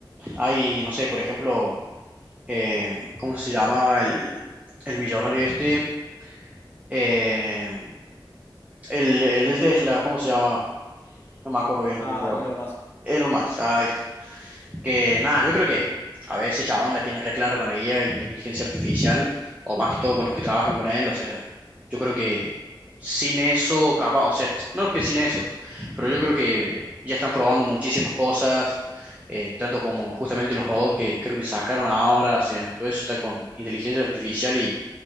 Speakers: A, on the right; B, on the left.
A: hay, no sé, por ejemplo, eh, ¿cómo se llamaba el, el millonario este? Eh, el, el del Tesla, ¿cómo se llama? No me acuerdo bien
B: Ah,
A: cómo se llama.
B: Elon Musk,
A: Elon Musk, ahí está. Que nada, yo creo que a veces ese chabón la tiene re clara con la guía y la inteligencia artificial, o más que todo con los que trabajan con él, o sea, yo creo que sin eso, capaz, o sea, no que sin eso, pero yo creo que ya están probando muchísimas cosas, eh, tanto como justamente los robots que creo que sacaron ahora, o sea, todo eso está con inteligencia artificial y